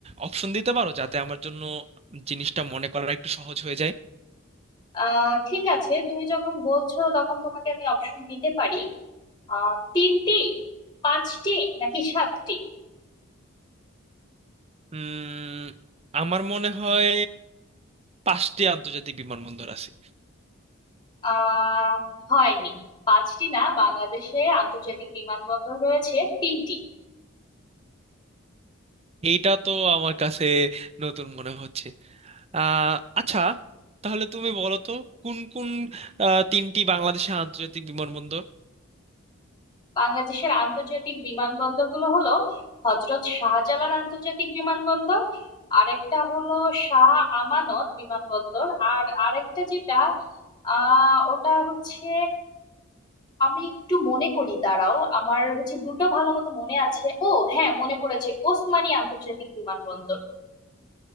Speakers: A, on the right; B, on the left.
A: অপশন দিতে পারো যাতে আমার জন্য জিনিসটা মনে করা একটু সহজ হয়ে যায়
B: আহ ঠিক আছে তুমি যখন বলছো তখন তোমাকে আমি অপশন দিতে পারি আহ তিনটি পাঁচটি নাকি সাতটি
A: উম আমার মনে হয় পাঁচটি আন্তর্জাতিক বিমানবন্দর আছে
B: আহ হয়নি পাঁচটি না বাংলাদেশে আন্তর্জাতিক বিমানবন্দর রয়েছে তিনটি
A: এইটা তো আমার কাছে নতুন মনে হচ্ছে আহ আচ্ছা তাহলে তুমি বলো তো কোন কোন আহ তিনটি বাংলাদেশের আন্তর্জাতিক বিমানবন্দর
B: বাংলাদেশের আন্তর্জাতিক বিমানবন্দরগুলো হলো হজরত শাহজালাল আন্তর্জাতিক বিমানবন্দর আরেকটা হলো শাহ আমানত বিমানবন্দর আর আরেকটা যেটা আহ ওটা হচ্ছে আমি একটু মনে করি দাঁড়াও আমার হচ্ছে দুটো ভালো মতো মনে আছে ও হ্যাঁ মনে পড়েছে ওসমানী আন্তর্জাতিক বিমানবন্দর